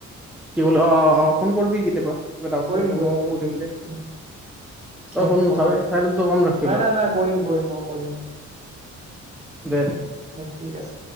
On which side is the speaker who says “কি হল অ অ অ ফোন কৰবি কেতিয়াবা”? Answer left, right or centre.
Centre